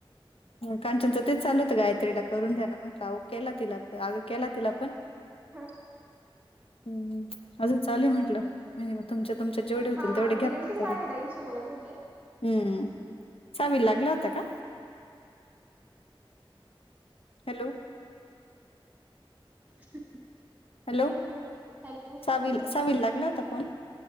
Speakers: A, on the left; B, on the right.
A: काचनच तेच चालू होतं गायत्रीला करून द्या ना म्हंटलं अ केला तिलाण अग केला तिला आपण
B: हम्म
A: हम्म अजून चालुय म्हंटलं नाई म तुमच्या, तुमच्यात जेवढे होतील
B: हा
A: तेवढे घ्या
B: मी नेमकी साविताईंशी
A: करून
B: बोलत होते
A: हम्म सावीला लागला होता का हॅलो
B: <unintelligible>
A: हॅलो
B: काय म्हणता हॅलो
A: सावी सावीला लागला होता फोन